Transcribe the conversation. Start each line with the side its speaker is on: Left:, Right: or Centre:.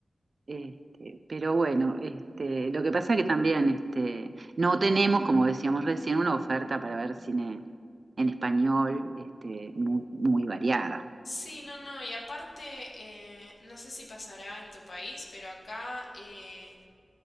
Right: Este, pero bueno, este, lo que pasa que también este, no tenemos, como decíamos recién, una oferta para ver cine en español este, muy, muy variada.
Left: Sí, no, no. Y aparte, eh, no sé si pasará en tu país, pero acá eh,